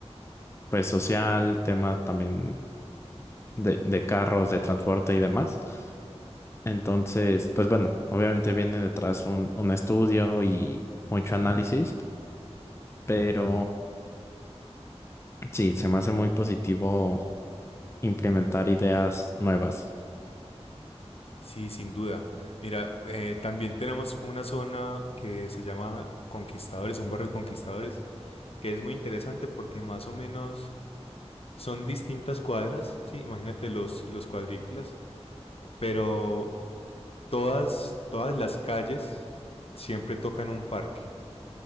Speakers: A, on the left; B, on the left.
A: pues social, tema también de, de carros, de transporte y demás. Entonces, pues bueno, obviamente viene detrás un, un estudio y mucho análisis, pero sí, se me hace muy positivo implementar ideas nuevas.
B: Sí, sin duda. Mira, eh, también tenemos una zona que se llama Conquistadores, un barrio de Conquistadores, que es muy interesante porque más o menos son distintas cuadras, sí, imagínate los, los cuadrículas, pero todas, todas las calles siempre tocan un parque.